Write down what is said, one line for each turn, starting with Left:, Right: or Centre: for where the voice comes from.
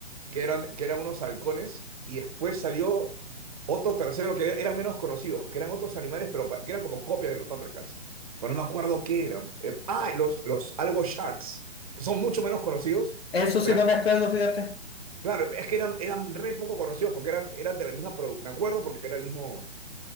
Right: que eran, que eran unos halcones, y después salió otro tercero que eran menos conocidos, que eran otros animales, pero pa- que eran como copias de los Thundercats. Pero no me acuerdo qué eran. Eh, ah, los, los Algo Sharks, que son mucho menos conocidos,
Left: Eso sí
Right: pero
Left: no
Right: eran-
Left: me acuerdo, fíjate.
Right: claro, es que eran, eran re poco conocidos porque eran, eran de la misma, produ- me acuerdo porque era el mismo,